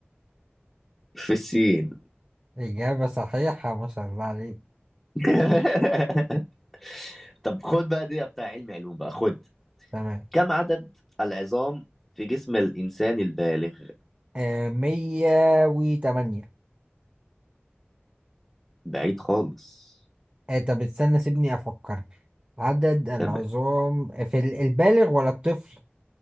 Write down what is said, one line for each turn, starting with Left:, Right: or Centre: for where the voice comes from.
Centre: في الصين
Right: اجابه صحيحه ما شاء الله عليك
Centre: <laughs> طب خد بقى دي بتاع علم علوم بقى خد
Right: تمام
Centre: كم عدد العظام في جسم الإنسان البالغ
Right: آه 108
Centre: بعيد خالص
Right: آه طب استنى سيبني افكر عدد العظام
Centre: تمام
Right: في ال- البالغ ولا الطفل